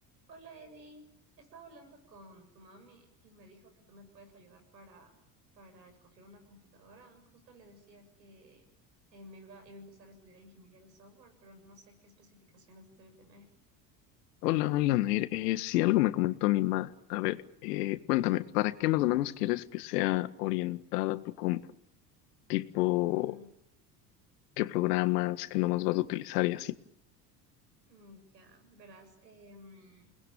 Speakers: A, on the right; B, on the left.
A: Hola Eddie, estaba hablando con tu mami y me dijo que tú me puedes ayudar para, para escoger una computadora. Justo le decía que eh, me iba, iba a empezar a estudiar ingeniería de software, pero no sé qué especificaciones debe tener.
B: Hola, hola, Nair. Eh, sí, algo me comentó mi mamá. A ver, eh, cuéntame, ¿para qué más o menos quieres que sea orientada tu compu? Tipo,
A: Mm,
B: ¿qué programas, qué nomás vas a utilizar y así?
A: mm, ya, verás. em,